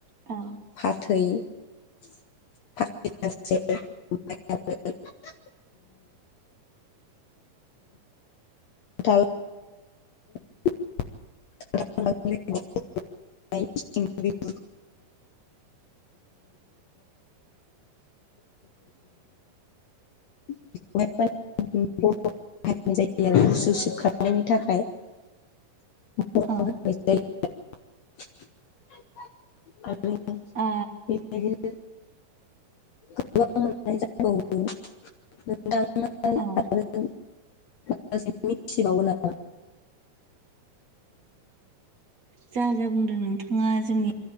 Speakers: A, on the right; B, on the left.
A: औ
B: फाथै <unintelligible> <unintelligible> <unintelligible> <unintelligible> <unintelligible> जायो आरो गुसु सिबखांनायनि थाखाय <unintelligible>
A: औ
B: <unintelligible>
A: ओ
B: बेबायदिनो गोबां मोननाय जाबावो मोनदांङा
A: औ
B: मिथिबावो आरो
A: जा जा बुंदों नोंथांङा जोंनि